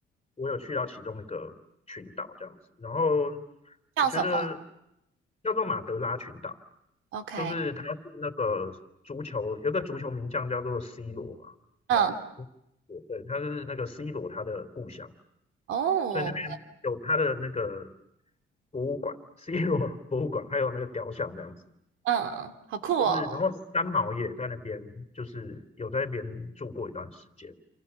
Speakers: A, on the left; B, on the right.
A: 我有去到其中一个群岛这样子，然后我觉得
B: 叫什么
A: 叫做马德拉群岛，
B: ？OK，
A: 就是它是那个足球有个足球名将叫做 C 罗嘛，
B: 嗯
A: 应该对对，他是那个 C 罗他的故乡。
B: 哦，
A: 所以那边有它的那个博物馆，c 罗博物馆，还有那个雕像这样子。
B: 嗯，好酷哦。
A: 就是然后三毛也在那边，就是有在那边住过一段时间。